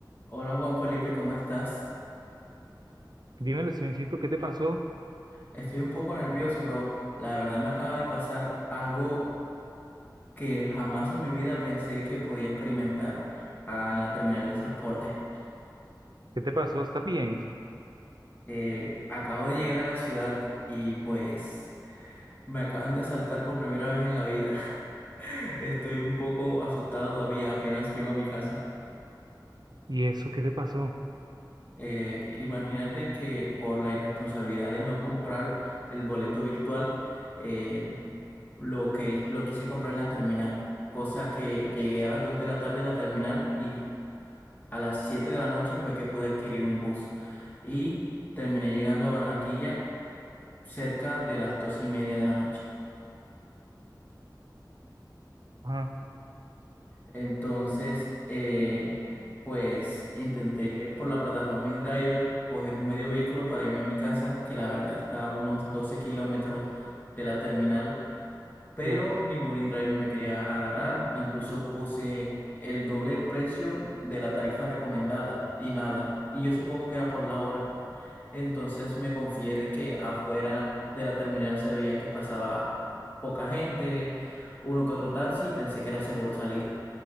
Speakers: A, on the left; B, on the right.
A: Hola Juan Felipe, ¿cómo estás?
B: Dímelo, Sioncito, ¿qué te pasó?
A: Estoy un poco nervioso, bro. La verdad me acaba de pasar algo que jamás en mi vida pensé que podía experimentar ah, en la terminal de transporte.
B: ¿Qué te pasó? ¿Estás bien?
A: Eh, acabo de llegar a la ciudad y pues me acaban de asaltar por primera vez en la vida. <laughs> Estoy un poco asustado todavía, apenas llego a mi casa.
B: ¿Y eso qué te pasó?
A: Eh, imagínate que por la irresponsabilidad de no comprar el boleto virtual, eh, lo que lo quise comprar en la terminal, cosa que llegué a las 2 de la tarde a la terminal y a las 7 de la noche fue que pude adquirir un bus y terminé llegando a Barranquilla cerca de las 2 y media de la noche.
B: Ah,
A: Entonces, eh, pues intenté por la plataforma InDriver coger un medio vehículo para irme a mi casa, que la verdad está a unos 12 kilómetros de la terminal, pero
B: uf,
A: ningún InDriver me quería agarrar. Incluso puse el doble precio de la tarifa recomendada y nada. Y yo supongo que era por la hora. Entonces me confié de que afuera de la terminal se veía que pasaba poca gente, uno que otro taxi, y pensé que era seguro salir.